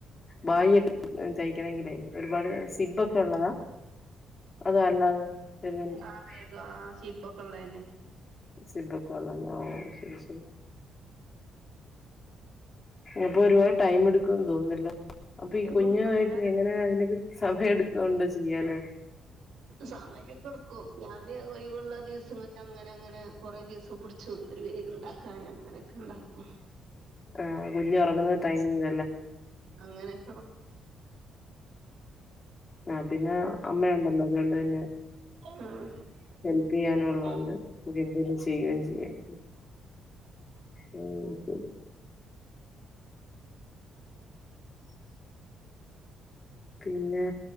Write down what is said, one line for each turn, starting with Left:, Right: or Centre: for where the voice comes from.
Left: ഭായിയൊക്കെ തയ്ക്കണങ്കിലേ ഒരുപാട് സിബ്ബൊക്കെ ഉള്ളതാ അത് അല്ലാതെ <unintelligible>
Right: ആ ബേഗ് ആ ഷിബൊക്കെള്ളന്നെ
Left: സിബ്ബോക്കെ ഉള്ളന്നെ ശരി ശരി അപ്പൊരുപാട് ടൈം എടുക്കുംന്ന് തോന്നുന്നല്ലോ അപ്പൊ ഈ കുഞ്ഞുമായിട്ട്
Right: എടുക്കും ഞാൻ
Left: എങ്ങനെയാ അതിക്കെ സമയം എടുത്തുകൊണ്ടാ ചെയ്യാലേ
Right: സമയൊക്ക്‌ടുക്കും ഞാന് ഒഴിവ്ള്ള ദിവസങ്ങളിലങ്ങനെ ങ്ങനെ കൊറേ ദിവസം പുടിച്ചും ഒരു ബേഗ്ണ്ടാക്കാന് അങ്ങനെയൊക്കെണ്ടാക്കും
Left: ആഹ് കുഞ്ഞുറങ്ങുന്ന ടൈമിങ്ങ്
Right: അങ്ങനെ ഹും
Left: ആഹ് പിന്നെ അമ്മ ഉണ്ടല്ലോ അതുകൊണ്ട് പിന്നെ
Right: ഉം
Left: ഹെല്പ് ചെയ്യാനുള്ളോണ്ട്
Right: ഉം
Left: നമുക്കെന്തെലും ചെയ്യുകയും ചെയ്യാം ഓ ശരി പിന്നെ